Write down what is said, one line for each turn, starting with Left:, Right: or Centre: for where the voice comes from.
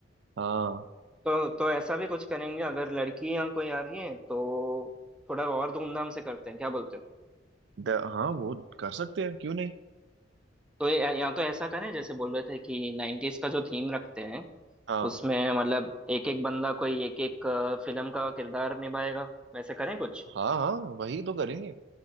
Right: हाँ
Centre: तो तो ऐसा भी कुछ करेंगे अगर लड़कियां कोई आ रही हैं तो थोड़ा और धूमधाम से करते हैं क्या बोलते हो
Right: द, हाँ वो कर सकते हैं क्यों नहीं
Centre: तो ये- या तो ऐसा करें जैसे बोल रहे थे कि नाइन्टीज का जो थीम रखते हैं
Right: हाँ
Centre: उसमें मतलब एक एक बंदा कोई एक एक फिल्म का किरदार निभाएगा वैसे करें कुछ
Right: हाँ हाँ वही तो करेंगे